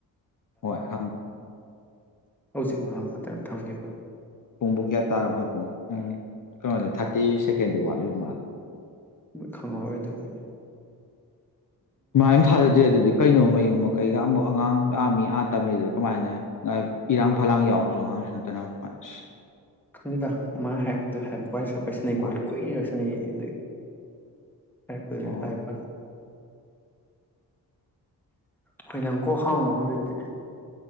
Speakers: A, on the left (about 50°); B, in the centre.
A: ꯍꯣꯏ ꯍꯪꯒꯦ
B: ꯍꯧꯖꯤꯛ ꯋꯥ ꯃꯊꯪ ꯊꯝꯈꯤꯕ꯭ꯔꯣ
A: ꯄꯨꯡꯕꯨ ꯀꯌꯥ ꯇꯥꯔꯣ ꯍꯣꯏ ꯄꯣ ꯎꯝ ꯀꯩꯅꯣꯗꯤ ꯊꯥꯔꯇꯤ ꯁꯦꯀꯦꯟꯗꯤ ꯋꯥꯠꯂꯤꯕ ꯃꯥꯜꯂꯦ
B: ꯈꯪꯉꯔꯣꯏꯗꯕꯨꯗꯤ
A: ꯃꯃꯥꯏ ꯊꯥꯖꯗꯦ ꯑꯗꯨꯗꯤ ꯀꯩꯅꯣ ꯃꯌꯨꯝ ꯃꯀꯩꯒ ꯑꯃꯨꯛ ꯑꯉꯥꯡ ꯂꯥꯛꯑꯃꯤꯥ ꯇꯝꯕꯤꯗꯨꯗ ꯀꯃꯥꯏꯅ ꯏꯔꯥꯡ ꯐꯂꯥꯡ ꯌꯥꯎꯕꯁꯨ ꯑꯉꯥꯡꯁꯨ ꯅꯠꯇꯅ ꯀꯃꯥꯏꯅ
B: ꯈꯪꯗꯦꯗ ꯃꯥ ꯍꯥꯏꯕꯗꯨ ꯍꯥꯏꯕ ꯋꯥꯏ ꯁꯤꯟꯅꯩ ꯈꯣꯠꯂꯤ
A: ꯃꯥ
B: ꯀꯨꯏꯅꯒꯁꯤꯟꯅꯅꯩꯌꯦ ꯑꯗ ꯍꯥꯏꯦ
A: ꯑꯣ
B: ꯍꯥꯏꯕꯅꯦ ꯍꯣꯏ ꯅꯪꯀꯣꯛ ꯍꯥꯡꯉꯨ ꯑꯗꯨꯗꯗꯤ